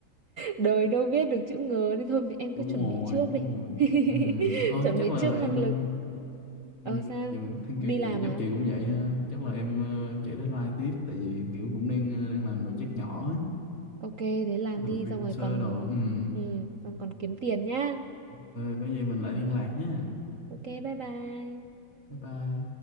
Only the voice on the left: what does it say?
đúng
rồi
đúng
rồi
Ừm, thôi
chắc
là
em
ừm,
dạ, thank
you
chị chắc
chị cũng vậy ha chắc là em ờ, em chạy deadline tiếp tại vì kiểu cũng đang ờ, đang làm project nhỏ á
làm
freelancer
đồ Ừm.
Ờ, có gì mình lại liên lạc nhé
bye bye